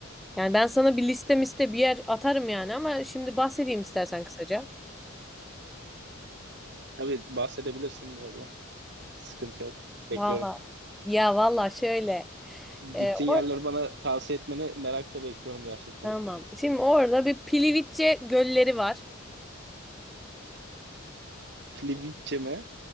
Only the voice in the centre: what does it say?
Yani ben sana bir liste miste bir yer atarım yani ama şimdi bahsedeyim istersen kısaca.
Valla. Ya valla şöyle. Ee,
or
tamam. Şimdi orada bir Pilivitçe gölleri var.